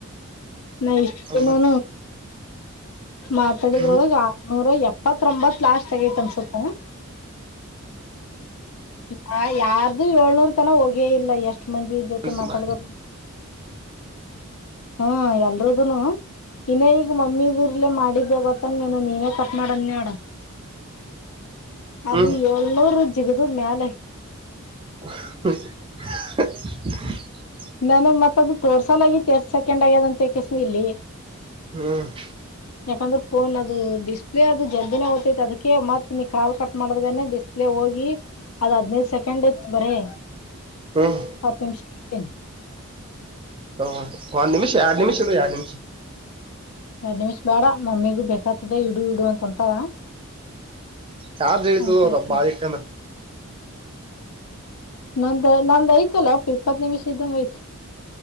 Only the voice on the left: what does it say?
ನಾನು ಇಷ್ಟು
ದಿನಾನೂ. ಮಾತಾಡಿದ್ರೊಳಗ.
ನೂರ ಎಪ್ಪತ್ರೂಂಬತ್ ಲಾಸ್ಟ್ ಹಾಗೈತ ಅನ್ಸುತ್ತೆ. ಹ ಯಾರ್ದು ಏಳ್ನೂರ್ ತನ ಹೋಗೇ ಇಲ್ಲ ಎಷ್ಟ್ ಮಂದಿದ. ಜೊತೆ
ಮಾತಾಡದ. ಹಾ ಎಲ್ರುದನು ಇನ್ನ ಈಗ ಮಮ್ಮಿದ. ಇಲ್ಲೇ ಮಾಡಿದ್ದೆ ಗೊತ್ತನ್ ನೀನು ನೀನೇ ಕಟ್ ಮಾಡನ್ ನಡ. ಅದು
ಏಳ್ನೂರು ಜಿಗದ ಮ್ಯಾಲೆ.
ನಾನ ಮತ್ತತ್ ಅದು ತೋರ್ಸಲ್ ಆಗಿ ಎಸ್ಟ ಸೆಕೆಂಡ್ ಆಗ್ಯದ ಅಂತಕಿಸ ಇಲ್ಲಿ.
<inaudible> ಯಾಕಂದ್ರೆ ಫೋನ್ ಅದು ಡಿಸ್ಪ್ಲೇ ಅದು ಜಲ್ದಿನೇ ಹೋತಿತ್ತು ಅದಕ ಮತ್ ನೀ ಕಾಲ್ ಕಟ್ ಮಾಡದೆ ಡಿಸ. ಡಿಸ್ಪ್ಲೇ ಹೋಗಿ ಅದ್ ಹದ್ನೈದ್ ಸೆಕೆಂಡ್ ತ್ ಬರೇ.
ಹತ್ತು ನಿಮಿಷ. <inaudible>
ಎರಡ್ ನಿಮಿಷ್ ಬೇಡ ಮಮ್ಮಿಗೂ ಬೇಕ್ತದ ಇಡು ಇಡು ಇಡು ಅಂತ ಅಂತಾಳ. <inaudible>
ನಂದ ನಂದ್ ಐತಲ್ಲ ಅಪ್ಪ ಇಪ್ಪತ್ತು ನಿಮಿಷ ಇದ್ದಂಗ ಐತ್.